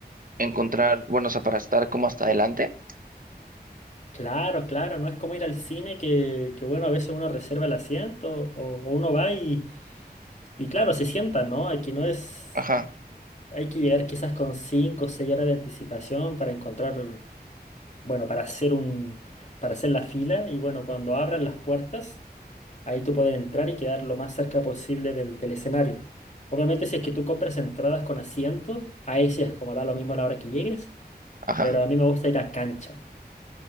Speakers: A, on the right; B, on the left.
A: encontrar, bueno, o sea, para estar como hasta adelante.
B: Claro, claro, no es como ir al cine que, que bueno, a veces uno reserva el asiento o, o uno va y Y claro, se sientan, ¿no? Aquí no es...
A: Ajá,
B: Hay que llegar quizás con 5 o 6 horas de anticipación para encontrar, bueno, para hacer un, para hacer la fila y bueno, cuando abran las puertas, ahí tú puedes entrar y quedar lo más cerca posible del, del escenario. Obviamente si es que tú compras entradas con asientos, ahí sí es como da lo mismo a la hora que llegues,
A: ajá.
B: pero a mí me gusta ir a cancha.